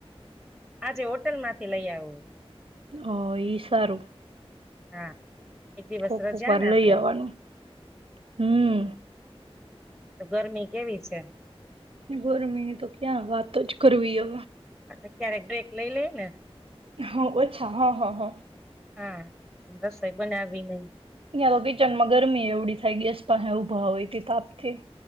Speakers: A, in the centre; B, on the right.
A: આજે હોટેલ માંથી લઈ આવું.
B: અ, ઈ સારું.
A: હા. એક દિવસ
B: કોક
A: રજા
B: કોક વાર
A: ને આપડે
B: લઈ આવવાનું. હમ્મ.
A: તો ગરમી કેવી છે.
B: ગરમીની તો ક્યાં વાત જ કરવીઓ
A: તો ક્યારેક બ્રેક લઈ લઈ ને.
B: હા ઓછા હા હા હા.
A: હા રસોઈ બનાવી નઈ.
B: <unintelligible> કિચનમાં ગરમી એવડી થઈ ગેસ પાહે ઊભા હોય કે તાપથી.